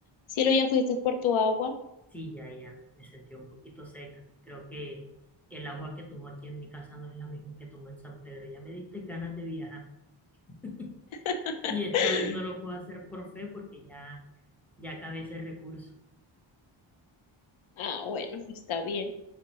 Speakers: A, on the left (about 70°); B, in the centre.
A: Cielo, ya fuiste por tu agua.
B: Sí, ya, ya, me sentí un poquito seca. Creo que el agua que tomo aquí en mi casa no es la misma que tomo en San Pedro. Ya me diste ganas de viajar <laughs>
A: <laughs>
B: y esta vez no lo puedo hacer por fe porque ya, ya acabé ese recurso.
A: Ah, bueno, está bien,